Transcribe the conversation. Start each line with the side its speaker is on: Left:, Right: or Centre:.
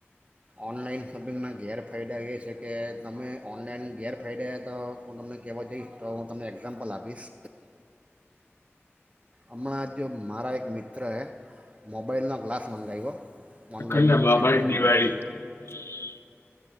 Right: ઑનલાઈન શોપિંગના ગેરફાયદા એ છે કે તમે ઓનલાઈન ગેરફાયદા તો હું તમને કહેવા જઈશ તો હું તમને એક્ઝામ્પલ આપીશ. હમણાં જો મારા એક મિત્રએ મોબાઈલનો ગ્લાસ મંગાવ્યો ઓનલાઈન
Left: અખંડા બાબાઈ
Right: એમેઝોન
Left: દિવાળી
Right: પરથી
Left: <unintelligible>